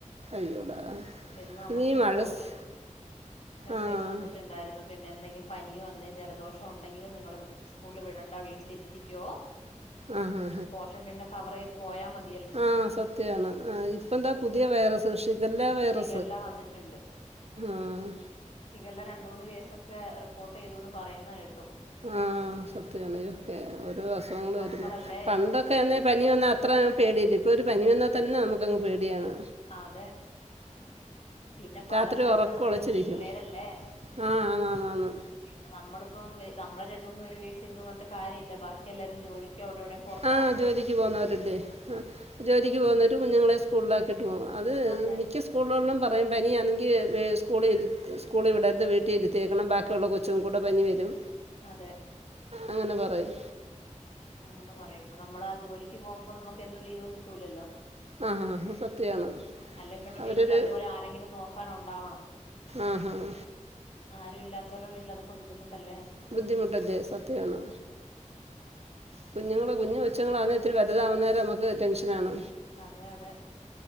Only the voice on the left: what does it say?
അപ്പൊ ഇന്ന് നമ്മക്ക്
ഇങ്ങനെ
ഗ്രൂപ്പില്
മെസ്സേജ്
വന്നിട്ടുണ്ടായിരുന്നു പിന്നെ എന്തെങ്കിലും പനിയോ എന്തെങ്കിലും ജലദോഷോ ഉണ്ടെങ്കിലിൽ നിങ്ങള് സ്കൂളിൽ വിടണ്ട വീട്ടിലിരുത്തിക്കോ
പോഷം പിന്നെ കവർ ചെയ്ത് പോയാൽ മതി
ഇകല്ലാം വന്നിട്ടുണ്ട്
ക്ഷികല്ല രണ്ട മൂന്ന് കേസൊക്കെ റിപ്പോർട്ട് ചെയ്തുന്ന് പറയുന്ന കേട്ടും
കുഞ്ഞു മക്കളല്ലേ
ആ അതെ പിന്നെ പല
സ്ഥലത്തൊന്നും
വരുന്ന പിള്ളേരല്ലേ
പിന്നെ നമ്മളിപ്പം നമ്മ രണ്ട മൂന്ന് പേര് വീട്ടിലിരുന്നു പറഞ്ഞിട്ട കാര്യമില്ല ബാക്കി എല്ലാരും ജോലിക്കവിടെവിടെയും പുറ
അതെ
അതെ
അങ്ങനെ പറയാം ഇപ്പൊ നമ്മള ആ ജോലിക്ക് പോകുമ്പോ നമുക്ക്ന്നും ലീവും കിട്ടൂലല്ലോ
അല്ല പിന്നെ
വീട്ടിൽ അതുപോലെ ആരെങ്കിലും നോക്കാന ഉണ്ടാവണം
ആരും ഇല്ലത്തരുടെ വീട്ടിൽ അതൊക്കെ ബുദ്ധിമുട്ടല്ലേ
അതെ അതെ